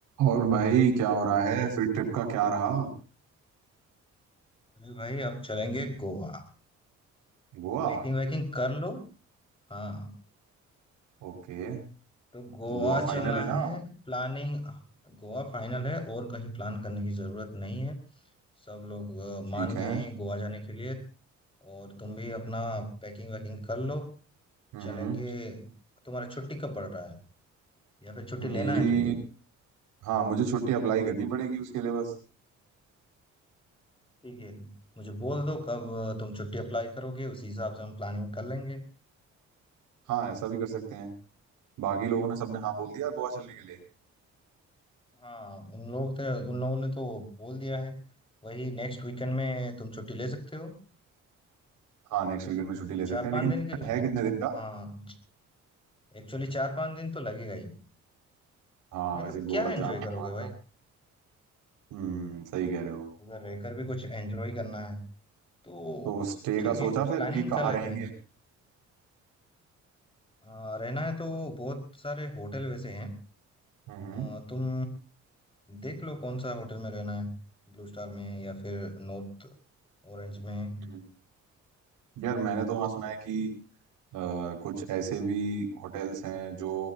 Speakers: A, on the right (about 90°); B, on the left (about 15°).
A: और भाई क्या हो रहा है फिर ट्रिप का क्या रहा
B: अरे भाई अब चलेंगे गोवा
A: गोवा
B: पैकिंग वैकिंग कर लो हाँ
A: ओके
B: तो
A: तो
B: गोवा
A: गोवा फाइनल
B: चलना
A: है
B: है
A: ना
B: प्लानिंग गोवा फाइनल है और कहीं प्लान करने की जरूरत नहीं है सब लोग अ,
A: ठीक
B: मान
A: है
B: गए हैं गोवा जाने के लिए और तुम भी अपना पैकिंग वैकिंग कर लो
A: हम्म
B: चलेंगे तुम्हारा छुट्टी कब पड़ रहा है या फिर छुट्टी लेना
A: मेरी
B: है तुमको
A: हाँ मुझे छुट्टी अप्लाई करनी पड़ेगी उसके लिए बस
B: ठीक है मुझे बोल दो कब अ, तुम छुट्टी अप्लाई करोगे उसी हिसाब से हम प्लानिंग कर लेंगे
A: हाँ ऐसा भी कर सकते हैं बाकी लोगों ने सबने हाँ बोल दिया गोवा चलने के लिए
B: हाँ उन लोग तो उन लोगों ने तो बोल दिया है वही नेक्स्ट वीकेंड में तुम छुट्टी ले सकते हो
A: हाँ नेक्स्ट वीकेंड में छुट्टी ले
B: कुछ
A: सकते
B: चार
A: हैं
B: पांच
A: लेकिन
B: दिन
A: plan
B: के लिए
A: है कितने दिन का
B: हाँ एक्चुअली चार पांच दिन तो लगेगा ही
A: हाँ
B: नहीं
A: वैसे
B: तो
A: गोवा
B: क्या एंजॉय
A: जाना
B: करोगे
A: आना
B: भाई
A: हम्म सही कह रहे हो
B: उधर रहकर भी कुछ एंजॉय करना है तो
A: तो स्टे
B: ठीक
A: का
B: है
A: सोचा फिर
B: प्लानिंग
A: कि कहाँ
B: कर लेते
A: रहेंगे
B: हैं आ, रहना है तो बहुत सारे होटल वैसे हैं
A: हम्म
B: आ, तुम देख लो कौन सा होटल में रहना है ब्लू स्टार में या फिर नॉर्थ ऑरेंज में
A: हम्म। यार मैंने तो वहाँ सुना है कि अ, कुछ ऐसे भी होटल्स हैं जो